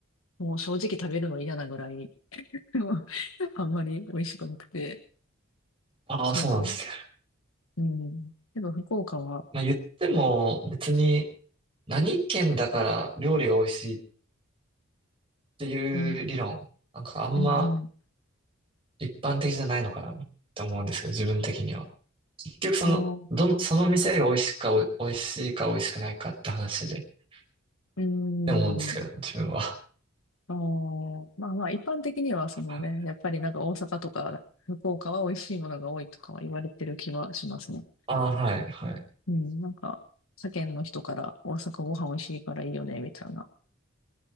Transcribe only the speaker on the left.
もう正直食べるの嫌なぐらい、<laughs> あんまり美味しくなくて、
そう。
うん。けど、福岡は、
うん、
うん、うん。
あー
うん。
あーまあまあ、一般的には、
そのね、やっぱりなんか大阪とか、福岡は美味しいものが多いとかは言われてる気はしますね。
うん、なんか、世間の人から大阪ご飯美味しいからいいよね、みたいな、